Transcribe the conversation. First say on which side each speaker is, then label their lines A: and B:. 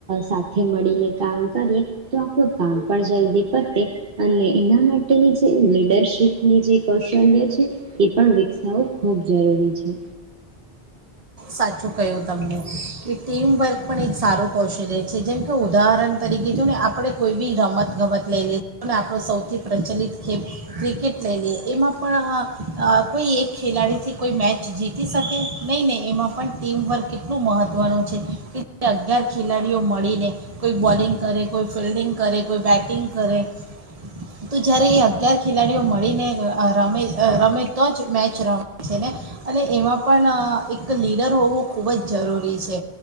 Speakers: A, on the right; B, on the right.
A: સાથે મળીને કામ કરીએ તો આપણું કામ પણ જલ્દી પતે અને એના માટેની જે લીડરશીપની જે કૌશલ્ય છે એ પણ વિકસ થવું ખૂબ જરૂરી છે
B: સાચું કહ્યું તમને કે ટીમવર્ક પણ એક સારું કૌશલ્ય છે જેમ કે ઉદાહરણ તરીકે જો ને આપણે કોઈ બી રમતગમત લઈ લઈએ ને આપણો સૌથી પ્રચલિત ખેલ ક્રિકેટ લઈ લઈએ એમાં પણ કોઈ એક ખેલાડીથી કોઈ મેચ જીતી શકે નહીં નનેં એમાં પણ ટીમવર્ક એટલું મહત્ત્વનું છે કે અગિયાર ખેલાડીઓ મળીને કોઈ બોલિંગ કરે કોઈ ફિલ્ડિંગ કરે કોઈ બેટિંગ કરે તો જ્યારે એ અગિયાર ખેલાડીઓ મળીને રમે રમે તો જ મેચ રમે છે ને અને એમાં પણ એક એક લીડર હોવો ખૂબ જ જરૂરી છે